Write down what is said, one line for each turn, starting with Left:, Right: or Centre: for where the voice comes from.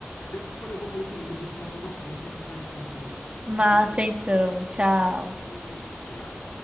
Left: eu, eu vou fazer o seguinte, eu vou te mandar o documento e a gente vai falando sobre ele.
Right: Massa,
Left: Vi?
Right: então, tchau.
Left: Beleza, tchau.